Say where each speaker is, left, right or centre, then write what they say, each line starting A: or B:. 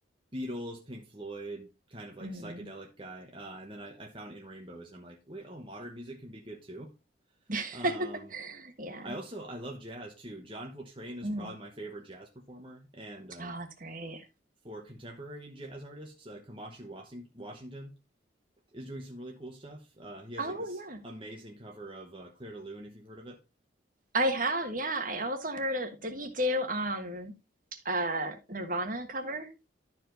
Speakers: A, on the right; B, on the right.
A: Beatles, Pink Floyd kind of like
B: mhm.
A: psychedelic guy, uh, and then I, I found In Rainbows and I'm like, wait, oh, modern music can be good too.
B: <laughs>
A: Um,
B: yeah.
A: I also I love jazz too. John Coltrane is
B: Mm.
A: probably my favorite jazz performer, and uh,
B: Oh, that's great.
A: for contemporary jazz artists, uh, Kamashi Washington is doing some really cool stuff. Uh, he has
B: Oh,
A: like this
B: yeah.
A: amazing cover of uh, Claire de Lune, if you've heard of it.
B: I have, yeah. I also heard of, did he do um uh Nirvana cover